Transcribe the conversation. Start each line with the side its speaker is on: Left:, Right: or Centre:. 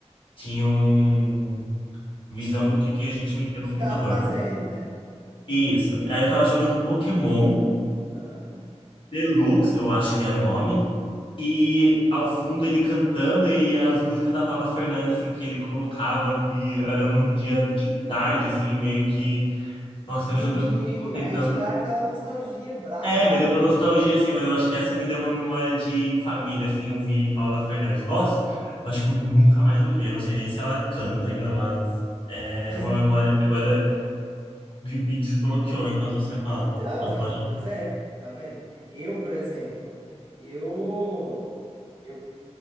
Left: tinham visão
Right: Ti-
Left: do que, que a gente metia no
Right: que
Left: computador,
Right: tava fazendo,
Left: né?
Right: né?
Left: Isso. Aí eu tava jogando Pokémon
Right: Aham.
Left: Deluxe, eu acho que era o nome. E ao fundo ele cantando e as músicas da Paula Fernandes, assim, que ele colocava, e era num dia de tarde, assim, meio que. Nossa,
Right: Entendi.
Left: eu jogando Pokémon, tentando
Right: Aí te dá aquela nostalgia braba,
Left: É,
Right: né?
Left: me deu uma nostalgia, assim, mas eu acho que essa me deu uma memória de família, assim, ouvir Paula Fernandes. Nossa, eu acho que eu nunca mais ouvi. Eu não sei nem se ela canta ainda, mas é
Right: Diz-
Left: uma memória que agora me me desbloqueou enquanto você falar.
Right: Então,
Left: Mas
Right: aí,
Left: pode.
Right: pois é, tá vendo? Eu, por exemplo, eu, eu, o